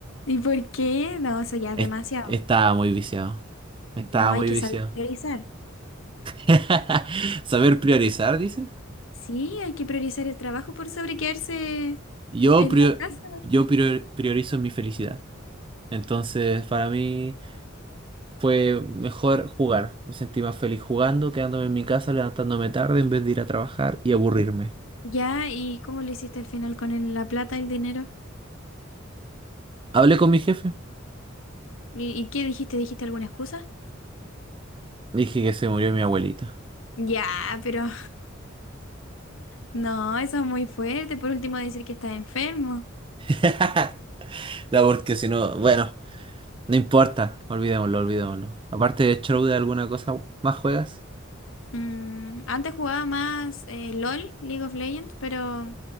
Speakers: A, on the left; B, on the right.
A: ¿Y por qué? No, eso ya
B: Es-
A: es demasiado.
B: estaba muy viciado. Estaba
A: No, hay
B: muy
A: que
B: viciado.
A: saber priorizar.
B: <laughs> Saber priorizar, dices.
A: Sí, hay que priorizar el trabajo por sobre quedarse
B: Yo,
A: en
B: prio-
A: la casa.
B: yo prior- priorizo mi felicidad. Entonces, para mí fue mejor jugar. Me sentí más feliz jugando, quedándome en mi casa, levantándome tarde en vez de ir a trabajar y aburrirme.
A: Ya, ¿y cómo lo hiciste al final con el- la plata, el dinero?
B: Hablé con mi jefe.
A: ¿Y, y qué dijiste? ¿Dijiste alguna excusa?
B: Dije que se murió mi abuelita.
A: Ya, pero No, eso es muy fuerte. Por último, decir que estás enfermo.
B: <laughs> No, porque si no, bueno, no importa, olvidémoslo, olvidémoslo. Aparte de Shroud, ¿alguna cosa más juegas?
A: Mm, antes jugaba más eh, LOL, League of Legends, pero